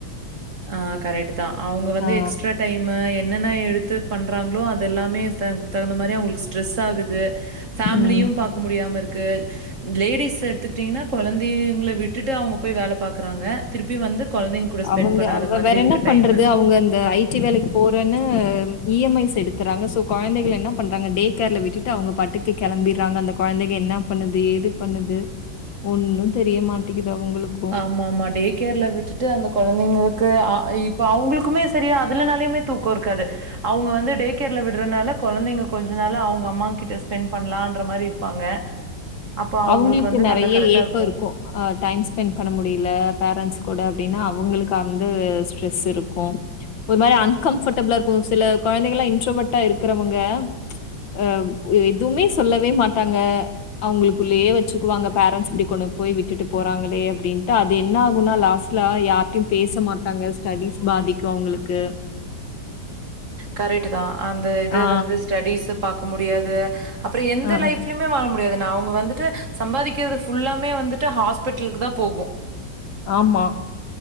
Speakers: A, on the right; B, on the left.
A: ஆ கரெக்ட் தா அவங்க வந்து
B: ஆ.
A: எக்ஸ்ட்ரா டைமு என்னென்ன எடுத்து பண்றாங்களோ அது எல்லாமே த தகுந்த மாரி அவங்களுக்கு ஸ்ட்ரெஸ் ஆகுது ஃபேமிலியு
B: ம்.
A: பாக்க முடியாம இருக்கு லேடீஸ் எடுத்துக்கிட்டீங்கனா கொழந்தைங்கள விட்டுட்டு அவங்க போய் வேல பாக்குறாங்க திருப்பி வந்து கொழந்தைங்க கூட ஸ்பெண்ட்
B: நீங்க
A: பண்ணாத
B: அந்த மாரி
A: மாதிரி
B: வேற
A: இருக்கு
B: என்ன பண்றது
A: டைமு.
B: அவங்க அந்த ஐடி வேலைக்கு போறேன்னு இஎம்ஐஸ் எடுக்குறாங்க ஸோ கொழந்தைகள என்ன பண்றாங்க டே கேர்ல விட்டுட்டு அவங்க பாட்டுக்கு கிளம்பிர்றாங்க அந்த கொழந்தைங்க என்னா பண்ணுது ஏது பண்ணுது ஒன்னு தெரிய மாட்டிக்குது அவங்களுக்கு
A: ஆமா ஆமா டே கேர்ல விட்டுட்டு அந்த கொழந்தைங்களுக்கு இப்ப அவங்களுக்குமே சரியா அதுலனாலயுமே தூக் க்கோ இருக்காது அவுங்க வந்து டே கேர்ல விட்றனால கொழந்தைங்க கொஞ்சோ நாளு அவுங்க அம்மாங்கிட்ட ஸ்பெண்ட் பண்ணலான்ற மாரி இருப்பாங்க அப்ப அவுங்களுக்கு
B: அவங்களுக்கு
A: வந்து
B: நெறைய
A: நல்லா கரெக்டாருக்கு
B: ஏக்கம் இருக்கும். அ டைம் ஸ்பெண்ட் பண்ண முடில பேரண்ட்ஸ் கூட அப்டின் அவங்களுக்கு அந்த ஸ்ட்ரெஸ் இருக்கு ஒரு மாரி அன்கம்ஃபடபுளா இருக்கு சில கொழந்தைங்கள்லா இன்ட்ரோவெட்டா இருக்குறவங்க அ எதுமே சொல்லவே மாட்டாங்க அவுங்களுக் குள்ளேயே வச்சிக்குவாங்க பேரண்ட்ஸ் இப்டி கொண்டு போய் விட்டுட்டுப் போறாங்களே அப்டின்ட்டு அது என்னாகுன்னா லாஸ்ட்லா யா ட்டியு பேச மாட்டாங்க ஸ்டடீஸ் பாதிக்கு அவுங்களுக்கு
A: கரேட்டுதா அந்த இது
B: ஆ.
A: வந்து ஸ்டடீஸு பாக்க முடியாது அப்றொ எந்த
B: ஆ,
A: லைஃப் லைமே வாழ முடியாது நா அவுங்க வந்துட்டு சம்பாதிக்கிறது ஃபுல்லாமே வந்துட்டு ஹாஸ்பிட்ல்க்குதா போகு
B: ஆமா